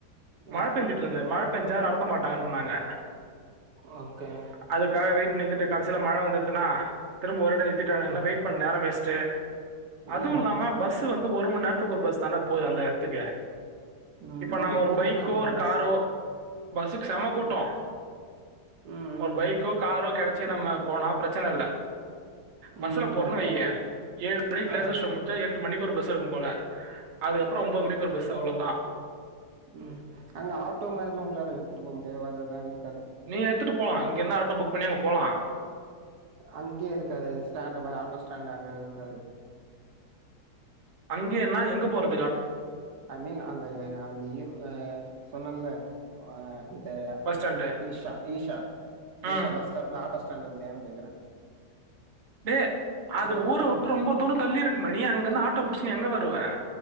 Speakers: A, on the right; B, on the right.
A: மழ
B: ம்
A: பேஞ்சிட்ருந்து மழ பேஞ்சா நடத்த மாட்டே சொன்னாங்க
B: ஓகே
A: அதுக்காக வெயிட் பண்ணி இருந்துட்டு கடைசில மழ வந்துட்துன்னா திரும்ப ஒரு டே ஆனா என்ன
B: ம்
A: வெயிட் பண்ண நேர வேஸ்ட்டு அதுவு
B: ம்
A: இல்லாம பஸ் ஸ்சு வந்து ஒரு மண்நேரத்துக்கு ஒரு பஸ் தாண்டா போவுது அந்த எடத்துக்கு
B: ம்
A: இப்போ
B: ரொம்ப
A: நம்ப ஒரு
B: கூட்டமா
A: பைக்கோ
B: இருக்குமே
A: ஒரு
B: பஸ்ல
A: காரோ பஸ்ஸுக்கு செம
B: ம்
A: கூட்டோ
B: ம்
A: ஒரு பைக்கோ காரோ கெடச் ச்சி நம்ப போனா ப்ரச்சன இல்ல
B: ம்
A: பஸ்ல
B: ம்
A: போறோன்னு
B: ஓகே
A: வய்யி ஏழு மணிக்கு
B: ஆ
A: லேசர் ஷோ முடிஞ்சா எட்டு மணிக்கு ஒரு பஸ் இருக்கு போல அதுக்கப்றோ ஒம்போது மணிக்கு ஒரு பஸ்ஸு அவ்ளோதா
B: ம் அங்க ஆட்டோ மாரிலா உள்ளாரா எடுத்துட்டு போவ முடியாதா <unintelligible>
A: நீங்க எத்துட்டு போலா இங்கனா ஆட்டோ புக் பண்ணி அங்க போலா
B: அங்கயே இருக்காது ஸ்டாண்டு மார் ஆட்டோ ஸ்டாண்ட்டு அங்க இருக்காது
A: அங்கேயேன்னா எங்க போறத்
B: ஐ மீன் அந்த அந்த ஈவ் அ சொன்னல்ல வா அந்த
A: பஸ் ஸ்டாண்டு.
B: ஈஷா ஈஷா
A: ம்.
B: ஈஷா பஸ் ஸ்டாப்ல ஆட்டோ ஸ்டாண்டு இல்லயான்னு கேக்குறே
A: டே அது
B: இப்ப
A: ஊரவுட்டு
B: ம்
A: ரொம்ப தூரோ தள்ளிருக்கு மணி அங்கிருந்து ஆட்டோ புடிச் நீ எங்க வருவ